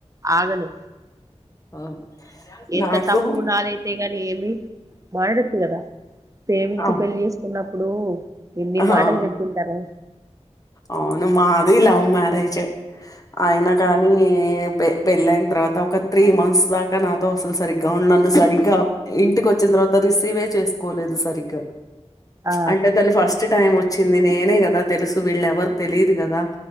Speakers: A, on the right; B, on the left.
A: ఆగను
B: అ ఆ
A: ఎంత
B: నాకు
A: తప్పు నాదయ్తే గాని ఏమి మాటడచ్చు కదా ప్రేమించి
B: ఆ!
A: పెళ్లి చేసుకున్నప్పుడు ఎన్ని
B: ఆ!
A: మాటలు చెపింటారు
B: అవును మాది లవ్ మ్యారేజు అయినా కానీ పే పెళ్ళయిన తర్వాత ఒక త్రీ మంత్స్ దాకా నాతో అసలు సరిగ్గా ఉండను సరిగ్గా ఇంటికి వచ్చిన తర్త తర్వాత రిసీవే చేసుకోలేదు సరిగ్గా
A: ఆ
B: అంటే తను ఫస్ట్ టైం వచ్చింది నేనే కదా తెలుసు వీళ్ళ ఎవరు తెలిదు కదా